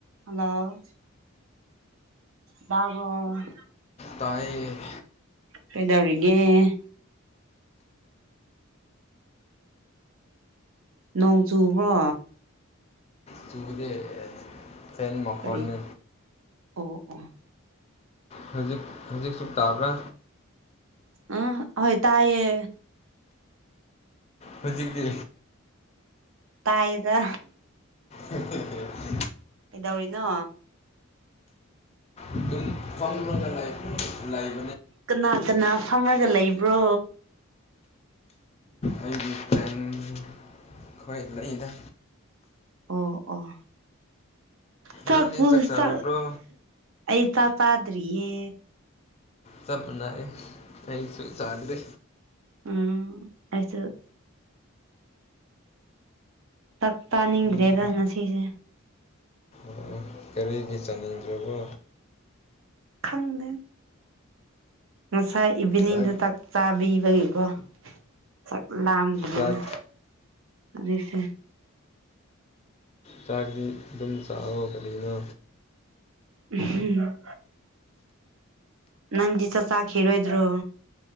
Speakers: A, on the right; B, on the left.
A: Hello ꯇꯥꯕ꯭ꯔꫭ꯫
B: ꯇꯥꯌꯦ꯫ <inaudible>
A: ꯀꯩꯗꯧꯔꯤꯒꯦ ꯅꯣꯡ ꯆꯨꯕ꯭ꯔꯣ꯫
B: ꯆꯨꯒꯗ ꯐꯔꯤꯃꯈ
A: ꯀꯔꯤ
B: ꯑꯅꯤ
A: ꯑꯣ ꯑꯣ
B: ꯍꯧꯖꯤꯛ ꯍꯧꯖꯤꯛꯁꯨ ꯇꯥꯕ꯭ꯔꯥ
A: ꯑ ꯍꯣꯏ ꯇꯥꯏꯌꯦ
B: ꯍꯧꯖꯤꯛꯇꯤ
A: ꯇꯥꯏꯗ
B: ꯎ
A: ꯑꯗꯨꯗꯧꯔꯤꯅꯣ
B: ꯑꯗꯨꯝ ꯐꯝ ꯂꯣ ꯂꯥꯏꯐ ꯂꯥꯏꯐ
A: ꯀꯅꯥ ꯀꯅꯥ ꯐꯝꯃꯒ ꯂꯩꯕ꯭ꯔꯣ
B: ꯑꯩꯒꯤ ꯐ꯭ꯔꯦꯟ ꯑꯩꯣꯏ ꯂꯩꯗ
A: ꯑꯣ ꯑꯣ ꯆꯥꯛꯄ
B: ꯅꯪꯗꯤ ꯆꯥꯔꯕ꯭ꯔꯣ
A: ꯆꯥꯛ ꯑꯩ ꯆꯥꯛ ꯄꯥꯗꯔꯤꯌꯦ
B: ꯁꯝꯅꯦ ꯑꯩ ꯁꯥꯗꯗ
A: ꯎꯝ ꯑꯩꯁꯨ ꯇꯛ ꯇꯥꯅꯤꯡꯗ꯭ꯔꯦꯗ
B: ꯎꯝ
A: ꯉꯁꯤꯁꯦ
B: ꯑꯣ ꯀꯔꯤꯒꯤ ꯆꯥꯅꯤꯡꯗ꯭ꯔꯕꯣ
A: ꯈꯪꯗꯦ ꯉꯁꯥꯏ ꯏꯚꯤꯅꯤꯡꯗꯥꯛ
B: ꯆꯥꯛ
A: ꯆꯥꯕꯤꯕꯒꯤꯀꯣ ꯆ ꯂꯝꯗꯅꯅ
B: ꯆꯥꯛ
A: ꯑꯗꯨꯖꯤꯁꯦ
B: ꯆꯥꯛꯗꯤ ꯑꯗꯨꯝ ꯆꯥꯛꯑꯣ ꯀꯔꯤꯅꯣ
A: ꯍꯝ ꯅꯟꯁ ꯆꯈꯤ ꯍꯔꯣꯏꯗꯣ